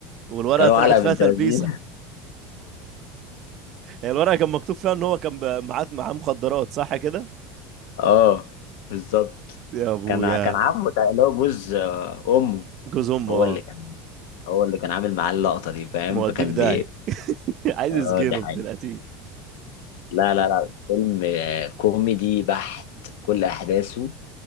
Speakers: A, on the right; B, on the left.
A: والورقه
B: كانوا
A: طلعت
B: علقه
A: فيها
B: بنت
A: تلبيسه
B: لذينه
A: هي الورقه كان مكتوب فيها ان هو كان ب- معاه معاه مخدرات صح كده
B: اه بالظبط
A: يا ابويا
B: كان ع- كان عمه تق- اللي هو جوز آه، امه
A: جوز امه
B: هو اللي
A: اه
B: كان هو اللي كان عامل معاه اللقطه دي فاهم
A: موديه
B: فكان
A: في داهيه
B: بي
A: <laughs> عايز
B: اه
A: يسجنه
B: دي
A: ابن
B: حقيقة
A: القتيل
B: لا لا لا فيلم آه، كوميدي بحت كل احداثه